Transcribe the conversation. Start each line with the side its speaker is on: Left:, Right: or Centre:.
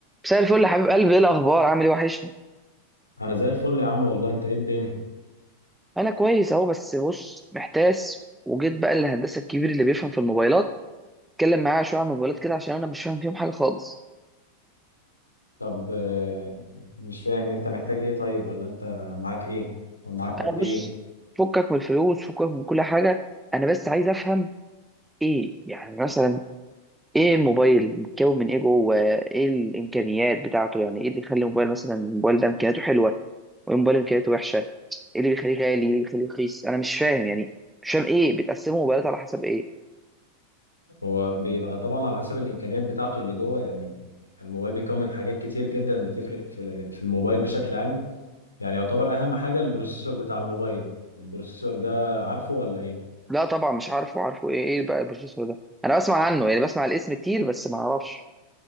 Centre: مساء الفل يا حبيب قلبي ايه الاخبار عامل ايه وحشني
Left: انا زي الفل يا عم والله انت ايه الدنيا
Centre: انا كويس اهو بس بص محتاس وجيت بقى للهندسه الكبير اللي بيفهم في الموبايلات اتكلم معاه شويه عن الموبايلات كده عشان انا مش فاهم فيهم حاجه خالص
Left: طب آه، مش فاهم انت محتاج ايه طيب ولا انت معاك ايه ومعاك قد
Centre: انا بص
Left: ايه
Centre: فكك من الفلوس فكك من كل حاجه انا بس عايز افهم ايه يعني مثلا ايه الموبايل متكون من ايه جوه ايه الامكانيات بتاعته يعني ايه اللي يخلي الموبايل مثلا الموبايل ده امكانياته حلوه وايه الموبايل امكانياته وحشه ايه اللي بيخليه غالي ايه اللي بيخليه رخيص انا مش فاهم يعني مش فاهم ايه بتقسموا موبايلات على حسب ايه
Left: هو بيبقى طبعا على حسب الامكانيات بتاعته اللي جوه يعني الموبايل بيكون من حاجات كتير جدا بتفرق في ال- في الموبايل بشكل عام يعني يعتبر اهم حاجة البروسيسور بتاع الموبايل البروسيسور ده عارفه ولا ايه
Centre: لا طبعا مش عارفه عارفه ايه ايه بقى البروفيسور ده انا بسمع عنه يعني بسمع الاسم كتير بس ما اعرفش